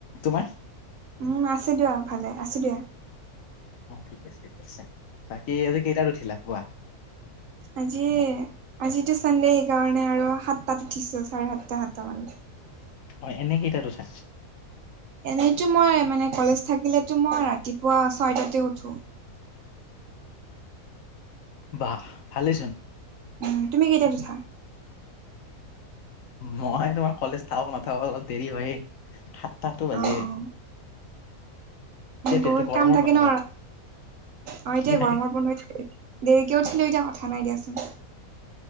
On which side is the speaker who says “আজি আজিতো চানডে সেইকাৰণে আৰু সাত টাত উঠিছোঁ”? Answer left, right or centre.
Right